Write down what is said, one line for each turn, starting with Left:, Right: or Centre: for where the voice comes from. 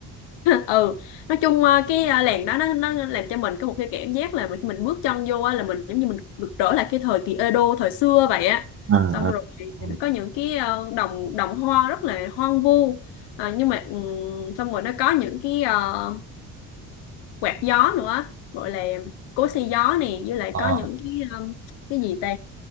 Left: ừ nói chung ờ, cái ờ, làng đó nó nó làm cho mình có một cái cảm giác là mình khi mình bước chân vô á là mình giống như mình được trở lại cái thời kỳ Edo thời xưa vậy á
Right: à,
Left: xong
Right: à,
Left: rồi thì
Right: à.
Left: nó có những cái ờ, đồng đồng hoa rất là hoang vu Ờ, nhưng mà ừm, xong rồi nó có những cái ờ, quạt gió nữa gọi là cối xay gió này với lại
Right: Ừ.
Left: có những cái ờ, cái gì ta